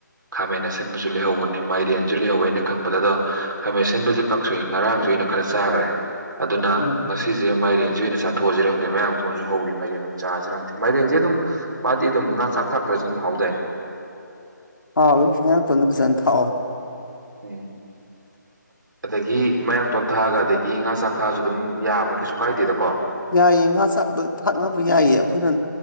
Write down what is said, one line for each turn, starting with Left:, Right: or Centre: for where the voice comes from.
Right: ꯈꯥꯃꯦꯟ ꯑꯁꯤꯟꯕꯁꯨ ꯂꯩꯍꯧꯕꯅꯤ ꯃꯥꯏꯔꯦꯟꯁꯨ ꯂꯩꯍꯧꯋꯦ ꯑꯩꯅ ꯈꯪꯕꯗ ꯑꯗꯣ ꯈꯥꯃꯦꯟ ꯑꯁꯤꯟꯕꯁꯦ ꯀꯥꯡꯁꯣꯏ ꯉꯔꯥꯡꯁꯨ ꯑꯩꯅ ꯈꯔ ꯆꯥꯈ꯭ꯔꯦ ꯑꯗꯨꯅ
Left: ꯎꯝ
Right: ꯁꯤꯁꯦ ꯃꯥꯏꯔꯦꯟꯁꯦ ꯑꯣꯏꯅ ꯆꯥꯊꯣꯛꯑꯁꯤꯔ ꯈꯪꯗꯦ ꯃꯌꯥꯡ ꯃꯇꯣꯟꯁꯨ ꯍꯧꯔꯤ ꯃꯥꯏꯔꯦꯟ ꯑꯣꯏꯅ ꯆꯥꯁꯤꯔ ꯈꯪꯗꯦ ꯃꯥꯏꯔꯦꯟꯁꯦ ꯑꯗꯨꯝ ꯃꯥꯗꯤ ꯑꯗꯨꯝ ꯉꯥ ꯆꯥꯛ ꯊꯥꯛꯇ꯭ꯔꯁꯨ ꯑꯗꯨꯝ ꯍꯥꯎꯗꯥꯏꯅꯦ
Left: ꯍꯥꯎꯏ ꯃꯌꯥꯡꯇꯣꯟꯗꯣ ꯐꯖꯅ ꯊꯥꯛꯑꯣ
Right: ꯑꯦ ꯑꯗꯒꯤ ꯃꯌꯥꯡꯇꯣꯟ ꯊꯥꯛꯑꯒ ꯑꯗꯒꯤ ꯉꯥ ꯆꯥꯛ ꯊꯥꯛꯑꯁꯨ ꯑꯗꯨꯝ ꯌꯥꯕ꯭ꯔꯥ ꯀꯩꯁꯨ ꯀꯥꯏꯗꯦꯗꯀꯣ
Left: ꯌꯥꯏꯌꯦ ꯉꯥ ꯆꯥꯛ ꯑꯗꯨ ꯊꯥꯛꯅꯕ ꯌꯥꯏꯌꯦ ꯑꯩꯈꯣꯏꯅ